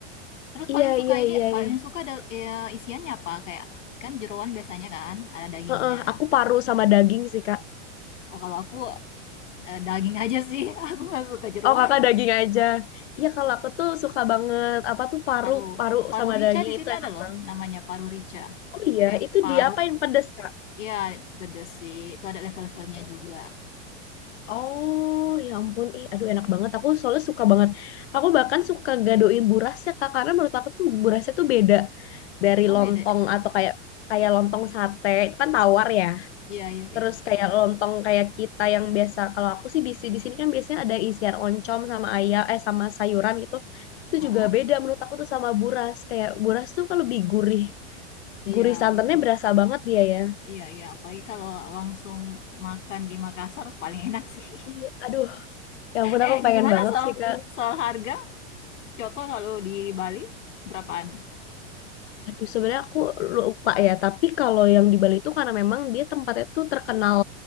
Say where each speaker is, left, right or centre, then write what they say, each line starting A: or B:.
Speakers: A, on the left; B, on the left.
A: Terus
B: Iya,
A: paling suka
B: iya,
A: ini,
B: iya,
A: paling
B: iya.
A: suka ada ya, isiannya apa? Kayak kan jeroan biasanya kan ada dagingnya.
B: Heeh, aku paru sama daging sih, Kak.
A: Oh, kalau aku eh, daging aja sih, <laughs> aku nggak suka jeroan.
B: Oh, Kakak daging aja. Iya, kalau aku tuh suka banget apa tuh paru,
A: Paru
B: paru
A: paru
B: sama
A: rica
B: daging
A: di sini
B: itu
A: ada
B: enak
A: loh
B: banget.
A: namanya paru rica.
B: Oh iya,
A: Itu kayak
B: itu
A: paru
B: diapain pedes, Kak?
A: ya beda sih. Itu ada level-levelnya juga.
B: Oh, ya ampun. Ih, aduh enak banget. Aku soalnya suka banget. Aku bahkan suka gadoin burasnya, Kak. Karena menurut aku tuh burasnya tuh beda dari
A: Oh,
B: lontong
A: beda.
B: atau kayak kayak lontong sate. Itu kan tawar ya.
A: Iya iya
B: Terus
A: iya.
B: kayak lontong kayak kita yang biasa. Kalau aku sih bisi di sini kan biasanya ada isian oncom sama ayam, eh sama sayuran gitu. Itu
A: Heeh.
B: juga beda menurut aku tuh sama buras. Kayak buras tuh kan lebih gurih.
A: Iya,
B: Gurih santannya
A: betul.
B: berasa banget dia ya.
A: Iya iya, apalagi kalau langsung makan di Makassar paling enak sih. <laughs>
B: Iya, aduh. Ya ampun
A: Eh,
B: aku pengen
A: gimana
B: banget
A: soal
B: sih, Kak.
A: soal harga? Contoh kalau di Bali berapaan?
B: Aduh, sebenarnya aku lupa ya, tapi kalau yang di Bali itu karena memang dia tempatnya tuh terkenal,